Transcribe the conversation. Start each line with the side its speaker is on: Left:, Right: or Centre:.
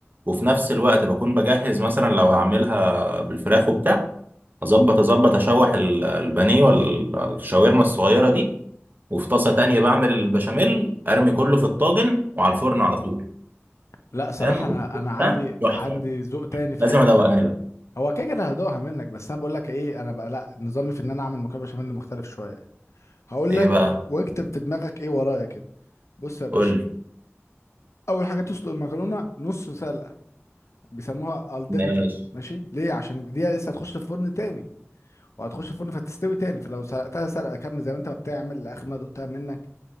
Right: وفي نفس الوقت بكون بجهز مثلا لو هعملها بالفراخ وبتاع اظبط اظبط اشوح ال- البانيه والشاورما الصغيره دي وفي طاسه تانية بعمل البشاميل ارمي كله في الطاجن وعلى الفرن على طول
Left: لا صراحة
Right: تمام
Left: انا
Right: وبتبقى
Left: انا عندي
Right: تحفه
Left: عندي ذوق تاني في
Right: لازم
Left: حتة
Right: ادوقها
Left: دي.
Right: لك
Left: هو كده كده هدوقها منك بس انا بقول لك ايه انا بقى لا نظامي في ان انا اعمل مكرونة بشاميل مختلف شوية هقول
Right: ايه
Left: لك
Right: بقى
Left: واكتب في دماغك ايه ورايا كده بص يا باشا
Right: قول لي
Left: اول حاجة تسلق المكرونة نص سلقة بيسموها الدنتي
Right: ماشي
Left: ماشي ليه عشان دي لسه هتخش في فرن تاني وهتخش في فرن فتستوي تاني فلو سلقتها سلقة كاملة زي ما انت ما بتعمل لاخر ما دقتها منك